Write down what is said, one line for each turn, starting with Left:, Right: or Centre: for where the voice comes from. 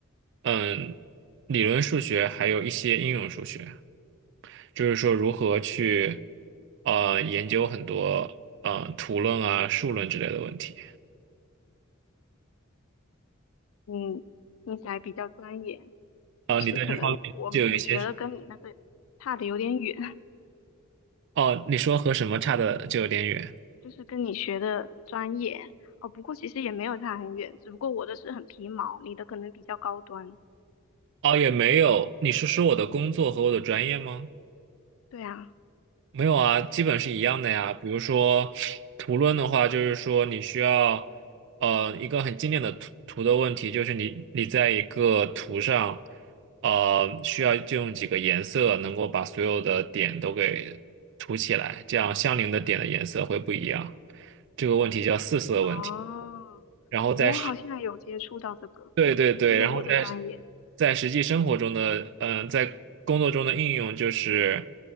Right: 嗯，理论数学还有一些应用数学，就是说如何去，呃，研究很多呃图论啊、数论之类的问题。
Left: 嗯，听起来比较专业，
Right: 哦，
Left: 就是可能我我觉得跟你那个差的有点远。
Right: 你对这方面就有一些，哦，你说和什么差的就有点远，
Left: 就是跟你学的专业哦。不过其实也没有差很远，只不过我的是很皮毛，你的可能比较高端。
Right: 哦，也没有，你是说我的工作和我的专业吗？
Left: 对啊，
Right: 没有啊，基本是一样的呀。比如说图论的话，就是说你需要，呃，一个很经典的图图的问题，就是你你在一个图上，呃，需要就用几个颜色能够把所有的点都给涂起来，这样相邻的点的颜色会不一样。这个问题叫四色问题。
Left: 哦，
Right: 然后在
Left: 我好像有接触到这个，
Right: 对对对，
Left: 就是我的专业。
Right: 然后在在实际生活中的，嗯、在工作中的应用就是，